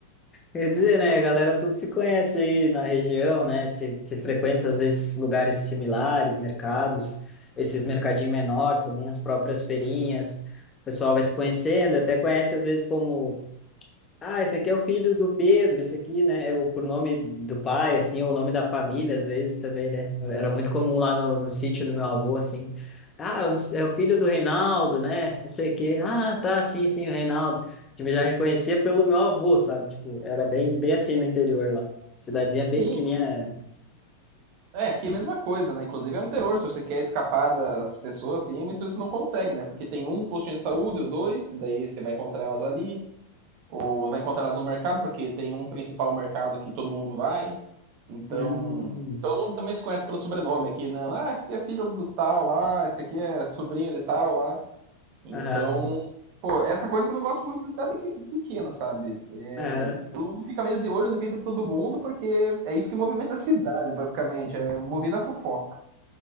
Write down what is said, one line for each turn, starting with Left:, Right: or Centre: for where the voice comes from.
Left: Eu ia dizer, né, a galera tudo se conhece aí na região, né? Se, se frequenta às vezes lugares similares, mercados, esses mercadinhos menor também, as próprias feirinhas. O pessoal vai se conhecendo, até conhece às vezes como ah, esse aqui é o filho do Pedro, esse aqui, né? É o pronome do pai, assim, ou o nome da família, às vezes também, né? Era muito comum lá no, no sítio do meu avô, assim. Ah, eu não sei- é o filho do Reinaldo, né? Não sei o quê. Ah, tá, sim, sim, o Reinaldo. Tipo, eu já reconhecia pelo meu avô, sabe? Tipo, era bem, bem assim no interior lá. Cidadezinha bem
Right: Sim,
Left: pequenininha.
Right: é, aqui é a mesma coisa, né? Inclusive é um terror, se você quer escapar das pessoas, assim, muitas vezes você não consegue, né? Porque tem um postinho de saúde ou dois, e daí você vai encontrar elas ali. ou vai encontrar elas no mercado, porque tem um principal mercado que todo mundo vai. Então,
Left: Hum,
Right: todo mundo também se conhece pelo sobrenome aqui, não? Ah, esse aqui é filho dos tal lá, esse aqui é sobrinho de tal lá. Então,
Left: aham,
Right: pô, essa coisa que eu não gosto muito de cidade pequena, sabe? É,
Left: aham.
Right: todo mundo fica meio de olho na vida de todo mundo, porque é isso que movimenta a cidade, basicamente. É movida a fofoca.